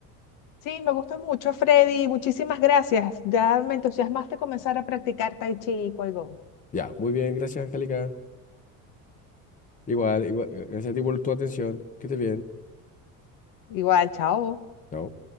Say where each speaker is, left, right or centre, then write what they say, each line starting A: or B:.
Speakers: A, on the left; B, on the left.
A: sí, me gusta mucho, Freddy. Muchísimas gracias. Ya me entusiasmaste comenzar a practicar Tai Chi y Qigong.
B: Ya, muy bien, gracias, Angélica. Igual, igual, gracias a ti por tu atención. Que estés bien.
A: Igual, chao.
B: Chao.